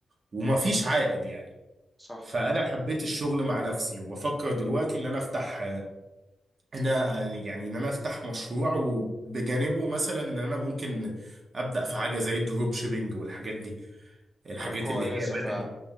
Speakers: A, on the right; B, in the centre.
A: وما فيش عائد يعني
B: صح
A: فانا حبيت الشغل مع نفسي وبفكر دلوقتي ان انا افتح انا يعني ان انا افتح مشروع وبجانبه مثلا ان انا ممكن ابدا في حاجه زي الدروب شيبينج والحاجات دي الحاجات
B: حاجة كويسة
A: اللي هي بدات
B: فعلا